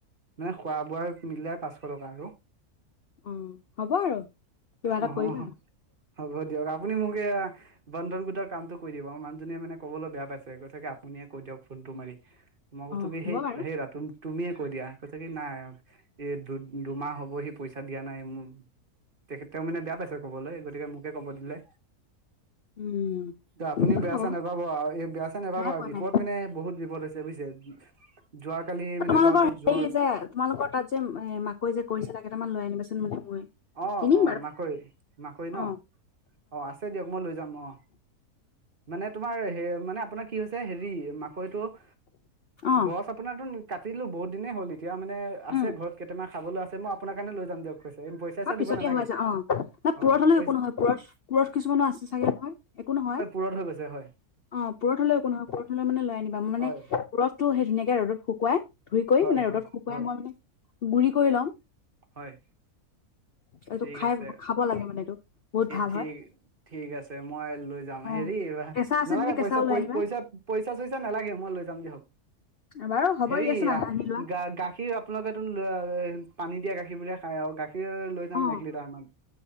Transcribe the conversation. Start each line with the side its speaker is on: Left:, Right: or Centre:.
Right: মানে খোৱা বোৱা মিলে পাঁচশ টকা আৰু।
Left: অ হ'ব আৰু কিবা এটা
Right: অ'
Left: কৰিবা
Right: হ'ব দিয়ক আপুনি মোৰ বন্ধন গোটৰ কামটো কৰি দিব, ম মানুহ্জনীয়ে মানে ক'বলৈ বেয়া পাইছে, কৈছোগে আপুনিয়ে কৈ দিয়ক ফোন টো মাৰি। মগ
Left: অ
Right: তু কি
Left: হ'ব
Right: সেইে
Left: বাৰু
Right: ৰা তুমি কৈ দিয়া কৈছে কি নাই এই দু দুমাহ হ'ব সি পইচা দিয়া নাই মোৰ। তেখেতেওঁ মানে বেয়া পাইছে কবলৈ গতিকে মোকে কব দিলে।
Left: উম
Right: এ আপুনিও
Left: বাৰু
Right: বেয়া
Left: হ'ব
Right: চা নাপাব আৰু বেয়া চা নোপাব
Left: নাই
Right: আৰু
Left: পোৱা
Right: বিপদ
Left: নাই
Right: মানে বহুত বিপদ হৈছে। বুজিছে, যোৱাকালি মানে
Left: তোমালোকৰ
Right: ল'ৰাটোৰ জ্বৰ
Left: হেৰি যে তোমালোকৰ তাত যে এ মাকৈ যে কৰিছিলা কেইটামান লৈ আনিবাচোন মানে মই
Right: অ'
Left: কিনিম
Right: অ'
Left: বাৰু
Right: মাকৈ মাকৈ ন
Left: অ
Right: অ' আছে, দিয়ক মই লৈ যাম অ'। মানে তোমাৰ মানে আপোনাৰ কি হৈছে হেৰি মাকৈটো এ
Left: অ
Right: গছ আপোনাৰ তো কাটিলো বহুত দিনেই হ'ল এতিয়া মানে আছে
Left: উম
Right: ঘৰত কেইটামান চাবলৈ আছে মই আপোনাৰ কাৰণে যাম দিয়ক চইচা
Left: হয় পিছত
Right: দিব নালাগে
Left: হোৱা যায়, অ' ন
Right: হয়
Left: পুৰত হলেও
Right: পই
Left: একো নহয়, পুৰত পুৰত কিছুমানো আছে চাগে নহয় একো নহয়।
Right: দূৰত হৈ গৈছে হয়
Left: অ পৰঠ হলে একো নহয় পৰঠলে মানে লৈ আনিবা মানে
Right: হয়
Left: ৰচ টো সেই ধুনীয়াকে ৰ'দত শুকুৱাই ধুই কৰি
Right: হয়
Left: মানে
Right: হয়
Left: ৰ'দত শুকুৱাই
Right: হয়
Left: মই মানে বুৰি কৰি লম
Right: হয়
Left: এইটো
Right: ঠিক
Left: খাই
Right: আছে
Left: খাব লাগে মানে এইটো বহুত ভাল
Right: ঠিক
Left: হয়
Right: ঠিক আছে মই লৈ যাম
Left: অ
Right: সেই হেৰি
Left: কেঁচা আছে
Right: নালাগা
Left: যদি কেঁচা
Right: পইচা
Left: ওলাই আনিবা
Right: পইচা পইচা চইচা নালাগে মই লৈ যাম দিয়ক
Left: বাৰু হ'ব
Right: হেৰি
Left: দিয়াচোন আহা আনি লোৱা
Right: গ গাখীৰ আপোনালোকেো পানী দিয়া গাখীৰবোৰে খাই আৰু গাখীৰ লৈ যাম
Left: অ
Right: এক লিটাৰ মান